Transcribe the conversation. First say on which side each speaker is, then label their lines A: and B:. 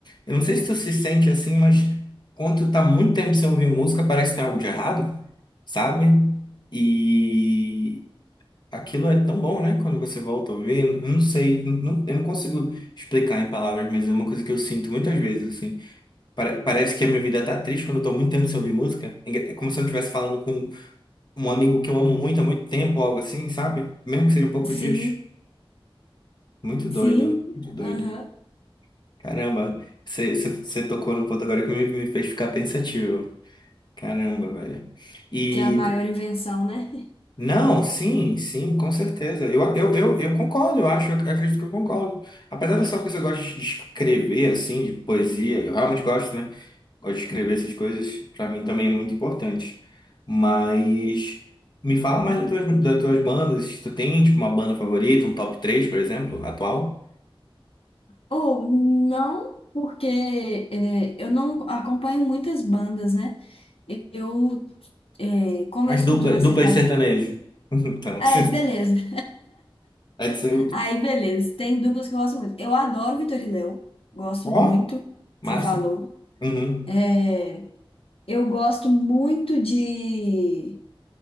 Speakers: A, on the left (about 50°); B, on the left (about 80°).
A: Eu não sei se tu se sente assim, mas quando tu tá muito tempo sem ouvir música, parece que tem algo de errado, sabe? E aquilo é tão bom, né? Quando você volta a ouvir, eu não sei, não- não- eu não consigo explicar em palavras, mas é uma coisa que eu sinto muitas vezes, assim. Pare- parece que a minha vida tá triste quando eu tô muito tempo sem ouvir música. É engra- é como se eu não estivesse falando com um amigo que eu amo muito há muito tempo, algo assim, sabe? Mesmo que seja poucos
B: Sim,
A: dias. Muito
B: sim,
A: doido, muito doido.
B: aham,
A: Caramba, você você- você tocou num ponto agora que me, me fez ficar pensativo. Caramba, velho. E
B: que é a maior invenção, né?
A: não, sim, sim, com certeza. Eu, eu, eu, eu concordo, eu acho, eu acredito que eu concordo. Apesar de só que eu gosto de escrever, assim, de poesia, eu realmente gosto, né? Gosto de escrever essas coisas, pra mim também é muito importante. Mas me fala mais das tuas, das tuas bandas. Tu tem, tipo, uma banda favorita, um top 3, por exemplo, atual?
B: Ou não, porque é, eu não acompanho muitas bandas, né? Eu É, como eu
A: As
B: escuto
A: dupla
B: mais
A: dupla
B: sertanejo.
A: de sertanejo. <laughs> Então,
B: É,
A: <laughs>
B: beleza. <laughs>
A: é isso aí.
B: Aí, beleza. Tem duplas que eu gosto muito. Eu adoro Vitor e Léo. Gosto
A: Ó,
B: muito.
A: massa.
B: Você falou.
A: Uhum.
B: É, eu gosto muito de.